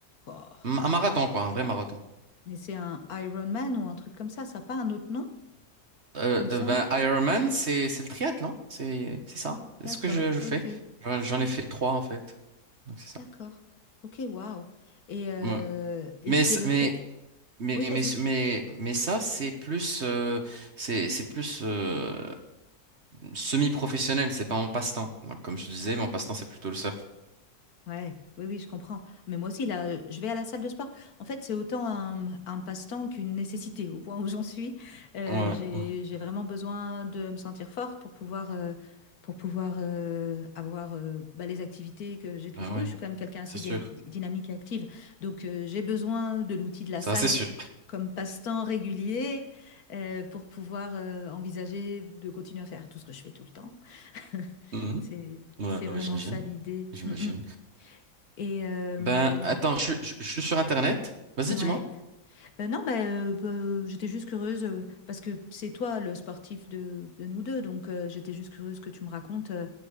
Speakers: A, on the left; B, on the right.
A: Oh,
B: Un marathon,
A: mais
B: quoi, un vrai marathon.
A: Mais c'est un Iron Man ou un truc comme ça, ça n'a pas un autre nom,
B: Euh,
A: il me
B: euh,
A: semble.
B: bah, Ironman, c'est c'est le triathlon, c'est c'est ça.
A: D'accord,
B: C'est ce que je, je fais.
A: ok,
B: J'en j'en
A: ok,
B: ai fait trois en fait, donc c'est ça.
A: d'accord, ok, waouh. Et, euh,
B: Ouais.
A: et
B: Mais
A: c'est
B: c-
A: lequel...
B: mais mais
A: Oui, vas-y.
B: mais mais mais ça c'est plus euh, c'est c'est plus euh, semi-professionnel, c'est pas mon passe-temps. Donc comme je te disais, mon passe-temps c'est plutôt le surf.
A: Ouais, oui, oui, je comprends. Mais moi aussi, là, euh, je vais à la salle de sport. En fait, c'est autant un, un passe-temps qu'une nécessité, au point où j'en suis. Euh,
B: Ouais,
A: j'ai,
B: ouais,
A: j'ai vraiment besoin de me sentir forte pour pouvoir, euh, pour pouvoir euh, avoir euh, bah, les activités que j'ai toujours
B: bah ouais,
A: eues. Je suis quand même quelqu'un assez
B: c'est sûr.
A: dyna- dynamique et active. Donc, euh, j'ai besoin de l'outil de la
B: Ça
A: salle
B: c'est sûr.
A: comme passe-temps régulier euh, pour pouvoir euh, envisager de continuer à faire tout ce que je fais tout le temps. <laughs>
B: Mhm.
A: C'est,
B: Ouais,
A: c'est vraiment
B: ouais, j'imagine,
A: ça l'idée.
B: j'imagine.
A: Mm, mm. Et euh,
B: Ben attends, je, suis- je, je suis sur Internet. Vas-y,
A: ouais.
B: dis-moi.
A: Euh, non, bah, euh, bah, j'étais juste curieuse euh, parce que c'est toi le sportif de, de nous deux. Donc, euh, j'étais juste curieuse que tu me racontes. euh,